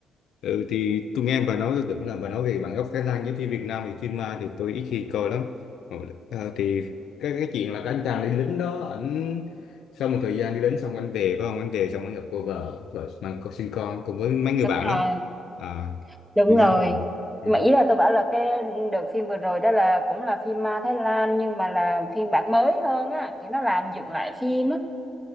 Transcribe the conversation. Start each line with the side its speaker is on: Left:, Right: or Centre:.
Left: Ừ, thì tôi nghe bà nói tôi tưởng là bà nói về bản gốc Thái Lan giống như Việt Nam thì phim ma thì tôi ít khi coi lắm Ờ, ờ, thì cái cái chuyện là cái anh chàng đi lính đó ảnh sau một thời gian đi lính xong anh về phải không anh về xong anh gặp cô vợ vợ mang con sinh con cùng với mấy người
Centre: đúng
Left: bạn đó
Centre: rồi
Left: à
Centre: đúng
Left: tôi
Centre: rồi
Left: nhớ rồi ừ.
Centre: nhưng mà ý là tôi bảo là cái đợt phim vừa rồi đó là cũng là phim ma Thái Lan nhưng mà là phiên bản mới hơn á kiểu nó làm dựng lại phim á